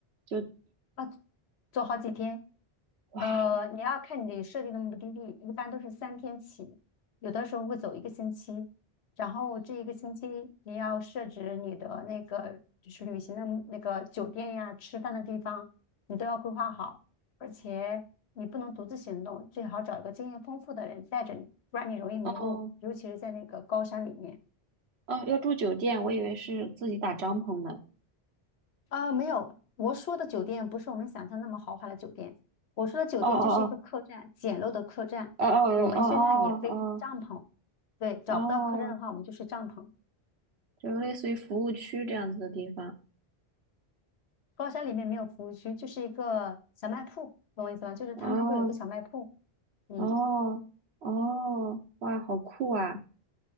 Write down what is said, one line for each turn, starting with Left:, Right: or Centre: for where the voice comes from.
Right: 就
Left: 要走好几天。
Right: 哇
Left: 呃，你要看你设定的目的地，一般都是三天起，有的时候会走一个星期，然后这一个星期你要设置你的那个就是旅行的目那个酒店呀、吃饭的地方，你都要规划好，而且你不能独自行动，最好找一个经验丰富的人带着你，不然你容易迷路，
Right: 哦
Left: 尤其是在那个高山里面。
Right: 哦要住酒店？我以为是自己打帐篷呢。
Left: 啊，没有，我说的酒店不是我们想象那么豪华的酒店。我说的酒店就是一个客栈，
Right: 哦哦
Left: 简陋的客栈。
Right: 哦
Left: 我们身上也背着帐篷，
Right: 哦哦
Left: 对，找不到客栈的话，
Right: 哦哦哦，
Left: 我们就睡帐篷。
Right: 就类似于服务区这样子的地方。
Left: 高山里面没有服务区，就是一个小卖铺，懂我意思吧？就是他们会有一个小卖铺，
Right: 哦
Left: 嗯，
Right: 哦哦，哇，好酷啊！